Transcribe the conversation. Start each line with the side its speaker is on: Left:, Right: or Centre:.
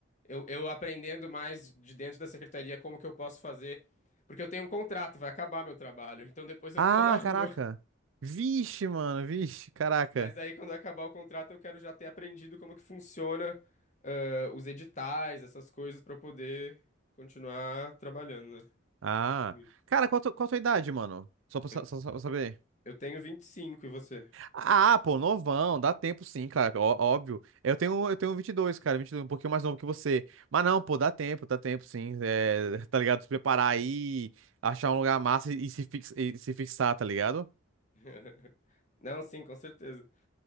Left: eu, eu aprendendo mais de dentro da secretaria como que eu posso fazer. Porque eu tenho um contrato, vai acabar meu trabalho, então depois eu
Right: Ah,
Left: tô na rua.
Right: caraca. Vixe, mano, vixe, caraca.
Left: Mas aí quando acabar o contrato, eu quero já ter aprendido como que funciona, ah, os editais, essas coisas, pra eu poder continuar trabalhando, né?
Right: Ah.
Left: Isso.
Right: Cara, qual a tua, qual a tua idade, mano? Só pra,
Left: Eu,
Right: sa- só, só pra saber.
Left: eu tenho 25 e cinco e você?
Right: Ah, pô, novão, dá tempo sim, cara, ó- óbvio. Eu tenho, eu tenho 22, cara, 22, um pouquinho mais novo que você. Mas não, pô, dá tempo, dá tempo sim. É, <laughs> tá ligado? Se preparar aí, achar um lugar massa e, e se fix, e se fixar, tá ligado?
Left: <laughs> Não, sim, com certeza.